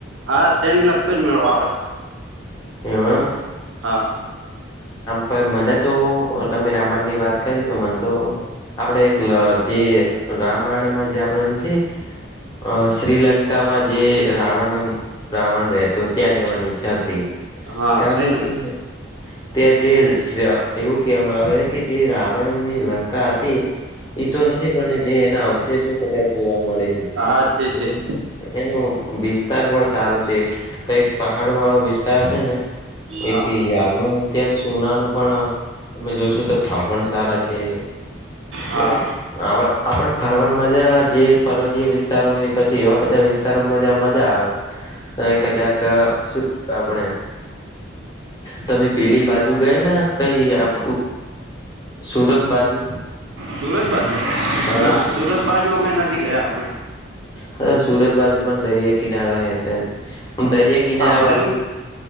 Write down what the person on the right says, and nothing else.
હા તેની લગતોજ મેળો આવે.
હા
હા
શ્રીલંકા
અચ્ચે છે.
હા
હા
સુરત બાજુ
ના સુરત બાજુ અમે નથી ગયા અમે.
સાંભળેલું
જ છે